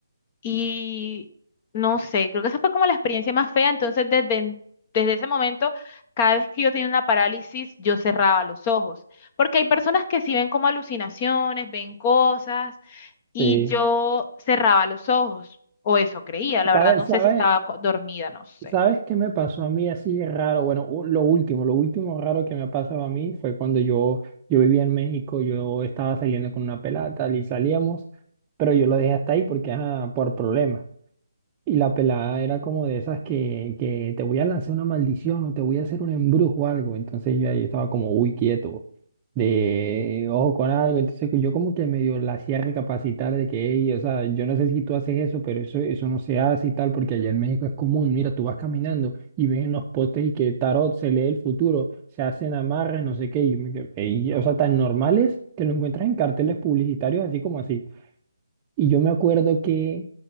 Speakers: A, on the left (about 30°); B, on the right (about 20°).
A: y no sé, creo que esa fue como la experiencia más fea. Entonces, desde, en- desde ese momento, cada vez que yo tenía una parálisis, yo cerraba los ojos. Porque hay personas que sí ven como alucinaciones, ven cosas y
B: Sí.
A: yo cerraba los ojos, o eso creía, la
B: ¿Sabes,
A: verdad no sé
B: sabes,
A: si estaba co- dormida, no sé,
B: sabes qué me pasó a mí así raro? Bueno, u- lo último, lo último raro que me ha pasado a mí fue cuando yo, yo vivía en México, yo estaba saliendo con una pelada tal, y salíamos, pero yo lo dejé hasta ahí porque, ajá, por problemas. Y la pelada era como de esas que, que te voy a lanzar una maldición o te voy a hacer un embrujo o algo. Entonces yo ahí estaba como, uy, quieto, de ojo con algo. Entonces yo como que medio la hacía recapacitar de que, "Ey, o sea, yo no sé si tú haces eso, pero eso, eso no se hace y tal, porque allá en México es común. Mira, tú vas caminando y ves en los postes y que tarot se lee el futuro, se hacen amarres, no sé qué. Y yo me quedé, "Ey", o sea, tan normales que lo encuentras en carteles publicitarios así como así. Y yo me acuerdo que